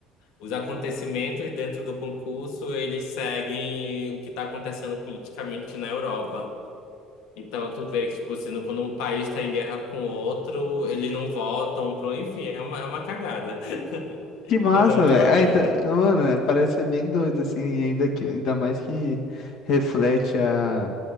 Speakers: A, on the left; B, on the left.
A: os acontecimentos dentro do concurso, eles seguem o que está acontecendo politicamente na Europa. Então, tu vê que, tipo, assim, no- quando um país está em guerra com outro, eles não votam pro... Enfim, é uma, é uma cagada. <laughs>
B: Que massa,
A: Mas é muito
B: velho.
A: bacana.
B: Ah, então, mano, é, parece ser bem doido, assim, e ainda, que, ainda mais que reflete a,